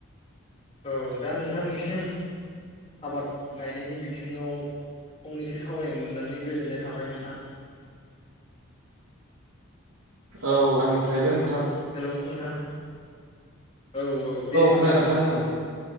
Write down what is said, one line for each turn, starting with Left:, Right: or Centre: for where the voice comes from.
Left: औ दा नोंथांनिसिम आबाद गायनायनि बिथिङाव फंनैसो सावरायनो मोननानै गोजोननाय थाबाय नोंथां।
Right: औ आंनिफ्रायबो नोंथां।
Left: हेलौ नोंथां औ औ दे होमब्ला
Right: खोनादों नोंथां ओं